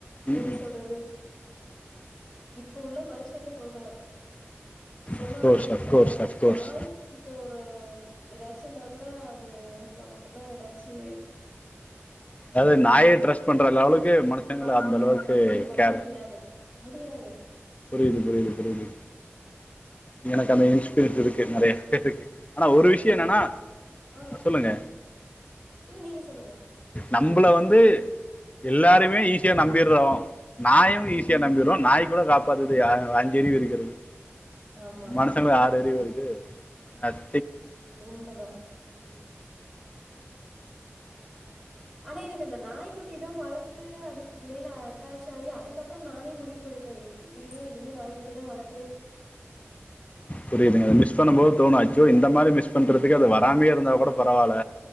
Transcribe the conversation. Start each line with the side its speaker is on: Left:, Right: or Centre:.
Left: ம்
Centre: எப்டி சொல்றது இப்ப உள்ள மனுஷங்க சொல்ற சொல்லுவாங்கள
Left: அஃப்கோர்ஸ்
Centre: ஒரு
Left: அஃப்கோர்ஸ்
Centre: டைலாக்
Left: அஃப்கோர்ஸ்
Centre: நாய்க்கிட்ட ஒ ரு எதாச்சின்னா கூட அது நமக்குன்னா எதாச்சி
Left: அது நாயே ட்ரெஸ்ட் பண்ற லெவளுக் கு மனுஷங்கள
Centre: ஆமா
Left: அந்த அளவுக்கு
Centre: மனுஷங்கள பண்ண
Left: கேர்
Centre: முடியாது முடியாது
Left: புரிய்து புரிய்து புரிய்து எனக்கு அந்த இன்ஸ்பிரிஸ் இருக் கு நறையா ஆனா ஒரு விஷயோ
Centre: உங்களுக்கு
Left: என்னன்னா
Centre: ஆ
Left: அ சொல்லுங்க
Centre: இல்ல நீங்க சொல்லுங்க
Left: நம்பள வந்து எல்லாருமே ஈஸியா நம்பிறோ நாயும்
Centre: ம்
Left: ஈஸியா நம்பிறோ நாய் கூட காப் பாத்தது யா ஓ அஞ்சறிவு இருக்குறது
Centre: ஆமா
Left: மனுஷங்களுக் ஆறறிவு இது ஆஸ்
Centre: உண்ம தா ம் ஆனா எனக்கு அந்த நாய்க்குட்டி தா வளத்து அது மேல அட்டாச் ஆகி அதுக் கப்புறம் நானே முடிவு பண்ணிட்டே இ ஐய்யய்யோ இனிமே நாய்குட்டில்லா வளக்
Left: புரியுதுங்க மிஸ் பண்ணும் போது தோணும் ஆ யோ இந்த மாரி மிஸ் பண்றதுக்கு அது வராமே இருந்தா கூட பரவால்ல